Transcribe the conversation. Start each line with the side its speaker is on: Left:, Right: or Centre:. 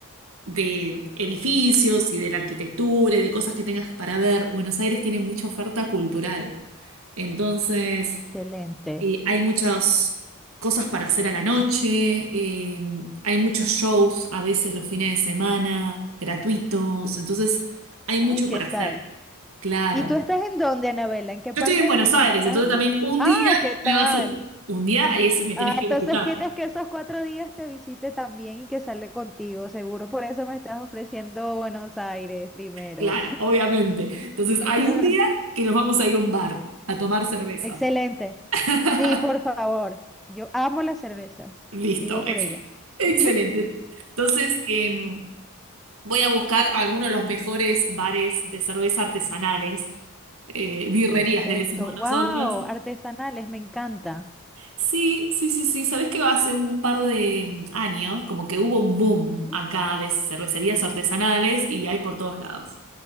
Right: de edificios y de la arquitectura y de cosas que tengas para ver, Buenos Aires tiene mucha oferta cultural. Entonces,
Centre: excelente.
Right: eh, hay muchas cosas para hacer a la noche, eh, hay muchos shows a veces los fines de semana, gratuitos. Entonces, hay mucho
Centre: Ah, ¿qué
Right: para
Centre: tal?
Right: hacer, claro.
Centre: ¿Y tú estás en dónde, Anabela? ¿En qué parte
Right: Yo estoy en
Centre: de
Right: Buenos
Centre: Argentina?
Right: Aires,
Centre: ¿Estás
Right: entonces
Centre: en...
Right: también
Centre: Buenos-
Right: un
Centre: Ah,
Right: día
Centre: ¿qué tal?
Right: me vas a... Un día es, me tenés
Centre: Ah,
Right: que
Centre: entonces
Right: visitar.
Centre: quieres que esos cuatro días te visite también y que sale contigo. Seguro por eso me estás ofreciendo Buenos Aires primero.
Right: Claro, obviamente. Entonces, hay
Centre: <laughs>
Right: un día que nos vamos a ir a un bar a tomar cervezas.
Centre: Excelente.
Right: <laughs>
Centre: Sí, por favor. Yo amo las cervezas.
Right: Listo,
Centre: Vivo por
Right: excel-
Centre: ellas.
Right: excelente.
Centre: <laughs>
Right: Entonces, em, voy a buscar algunos de los mejores bares de cerveza artesanales, eh, birrerías
Centre: Perfecto.
Right: le decimos
Centre: Wow,
Right: nosotros.
Centre: artesanales, me encanta.
Right: Sí, sí, sí, sí. Sabés que hace un par de em, años, como que hubo un boom
Centre: Ujú.
Right: acá de cervecerías artesanales y hay por todos lados.